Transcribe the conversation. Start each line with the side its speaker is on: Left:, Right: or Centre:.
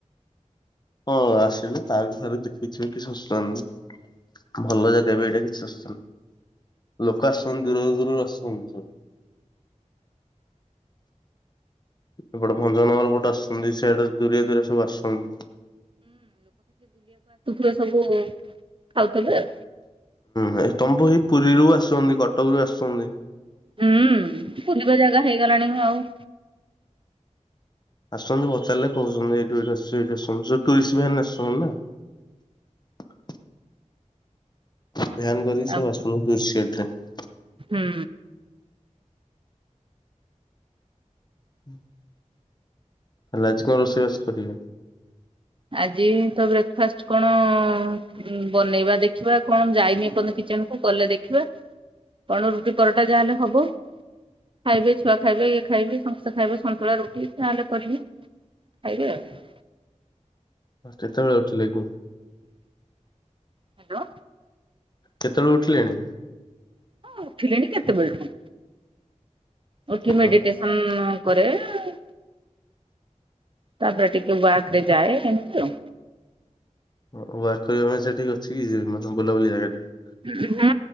Left: ହଁ ଆସିଲେ ତାବି ଥରେ ଦେଖିକି ଯିବେ କିଛି ଅସୁବିଧା ନାହିଁ। ଭଲ ଜାଗା ଏବେ ଏଇଟା କିଛି ଅସୁବିଧା ନାହିଁ। ଲୋକ ଆସୁ ଛନ୍ତି ଦୂର ଦୂରର ଆସୁଚନ୍ତି। ଏପଟେ ଭଞ୍ଜନଗର ଗୋଟେ ଆସଛନ୍ତି ସେଆଡେ ଦୁରିଆ ଦୁରିଆ ସବୁ ଆସୁଛନ୍ତି ।
Right: ରେ ସବୁ ମୁଁ ଖାଉଥେବ
Left: ହୁଁ ତମପୁ ହ ପୁରୀରୁ ଆସୁଛନ୍ତି କଟକରୁୁ ଆସୁଛନ୍ତି ।
Right: ହୁଁ ବୁଲିବା ଜାଗା ହେଇଗଲାଣି ଆଉ
Left: ଆସୁଛନ୍ତି ପଚାରିଲେ କହୁଛନ୍ତି ଏଇଠୁ ଏଇଠି ଆସୁ ଏଇଠି ଆସୁ ଯୋଉ ଟୁରିଷ୍ଟ ଭାନ ଆସୁଛନ୍ତି ନା। <inaudible> ବ୍ୟାାନ କରିକି ସବୁ
Right: ଆଉ
Left: ଆସୁନୁ ଦୁର୍ ସଟ୍ରେ। <unintelligible>
Right: ହୁଁ।
Left: ହୁଁ <inaudible> ହେଲେ ଆଜି କଣ ରୋଷେଇବାଷ କରିବେ?
Right: ଆଜି ତ ବ୍ରେକଫାଷ୍ଟ କଣ, ଅ ବନେଇବା ଦେଖିବା କଣ ଯାଇନି ଏପର୍ଯ୍ୟନ୍ତ କି କିଚେନ କୁ ଗଲେ ଦେଖିବା, କଣ ରୁଟି ପରଟା ଯାହା ହେଲେ ହବ । ଖାଇବେ ଛୁଆ ଖାଇବେ, ଇଏ ଖାଇବେ ସମସ୍ତେ ଖାଇବେ, ସନ୍ତୁଳା ରୁଟି, ଯାହେଲେ କରିବେ । ଖାଇବେ ଆଉ।
Left: ହ କେତେବେଳେ ଉଠିଲେ ଏକୁ
Right: ହାଲୋ।
Left: କେତେବେଳୁ ଉଠିଲେଣି?
Right: ହଁ ଉଠିଲିଣି କେତେବେଳଠୁ ଉଠି
Left: ହଁ
Right: ମେଡିଟେସନ କରେ । ତାପରେ ଟିକେ ୱାର୍କରେ ଯାଏ । ଏମିତି ଆଉ
Left: ହଉ ୱାର୍କ କରିବା ପାଇଁ ସେଠିକି ଅଛି କିଛି ବୁଲାବୁଲି ଜାଗା ଟିକେ ।
Right: ହୁଁ,